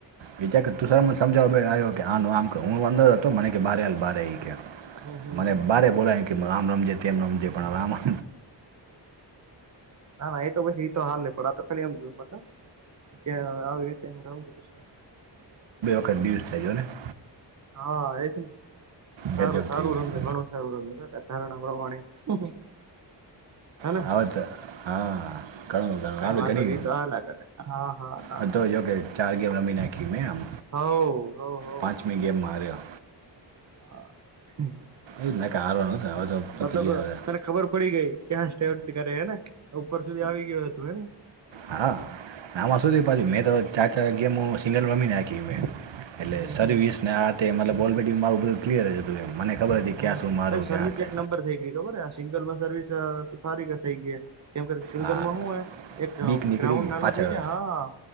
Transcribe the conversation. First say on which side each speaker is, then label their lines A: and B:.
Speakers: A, on the right; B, on the right.
A: વિચાર કર તું સાલા મને સમજાવો આવ્યો કે આનું આમ કર હું અંદર હતો મને કે બારે હાલ બારે એ કે.
B: હમ હમ
A: મને
B: હમ
A: બારે
B: હમ
A: બોલાયને કે આમ રમજે તેમ રમજે પણ હવે આમા.
B: ના ના એતો પછી એતો હાલે નહી પણ આ તો ખાલી એમ જોયું. ત્યાં આવી રીતે એમ રું છું તું.
A: કઢીજને <inaudible>
B: હા એ જ ને. સારું
A: ગજબ
B: સારું
A: થઈ ગયા
B: રમ્યા ઘણું સારું રમ્યા એ ધારણા પ્રમાણે. હેને
A: હવે તો હા ઘણું ઘણું
B: કઈ
A: આપણે
B: વાંધો
A: ઘણી
B: નહી એ તો હાલ્યા કરે હા હા ના
A: પણ
B: ના.
A: તો જો કે ચાર ગેમ રમી નાખી. મેં આમ
B: હઉ હઉ હઉ.
A: પાંચમી ગેમમાં હાર્યો
B: હ હમ.
A: એને કે હાલો ને. હવે તો
B: મતલબ
A: પતી ગયું હવે
B: તને ખબર પડી ગઈ ક્યા સ્ટે કરે હેને? ઉપર સુધી આવી ગયો તું એમ?
A: હા આમાં શું થયું પાછું મેં તો ચાર ચાર ગેમ સિંગલ રમી નાખી મે. એટલે
B: હમ
A: સર્વિસ
B: હમ
A: ને આતે મતલબ અલરેડ માર બધ ક્લીઅર હતું. મને ખબર હતી
B: હમ્મ
A: ક્યાં શું મારું
B: ત સર્વિસ
A: ક્યાં તે
B: એક નંબર થઇ ગઈ ખબર સિંગલમાં સર્વિસ સારી થઈ ગઈ હે. કેમ કે સિંગલમાં
A: હા
B: હું એક
A: બીક નીકળી
B: ગ્રાઉન્ડ
A: ગઈ
B: નાનું
A: પાછળ
B: થઇ જાય હા.